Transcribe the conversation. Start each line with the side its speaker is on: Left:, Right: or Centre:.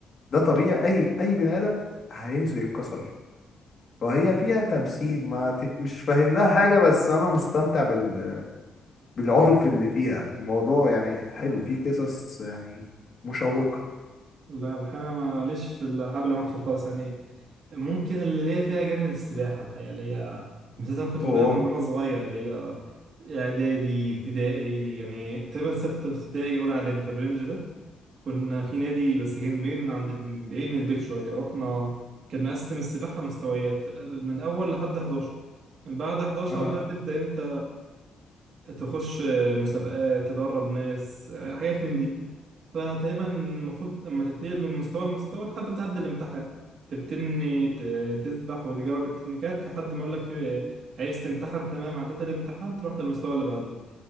Left: ده طبيعي اي اي بني ادم هينزل يتكسر فهي فيها تمثيل ما تف... مش فاهم لها حاجه بس انا مستمتع بال... بالعنف اللي فيها الموضوع يعني حلو فيه قصص يعني مشوقه
Right: لا الحقيقة أنا ماليش في الألعاب العنف خالص يعني ممكن اللي ليا فيها جامد السباحة الحقيقة اللي هي مثلا كنت
Left: اوه
Right: بداها من وأنا صغير اللي هي إعدادي ابتدائي يعني تقريبا ستة ابتدائي ولا إعدادي في الرينج ده كنا في نادي بس كان بعيد من عند بعيد من البيت شوية رحنا كان مقسم السباحة مستويات من أول لحد 11 من بعد 11
Left: اه
Right: بقى تبدأ أنت تخش مسابقات تدرب ناس حاجات من دي فتقريبا المفروض لما تتنقل من مستوى لمستوى لحد ما تعدي الامتحان تبتني ت- تسبح وتجرب التكنيكات لحد ما يقول لك عايز تمتحن تمام عديت الامتحان تروح للمستوى اللي بعديه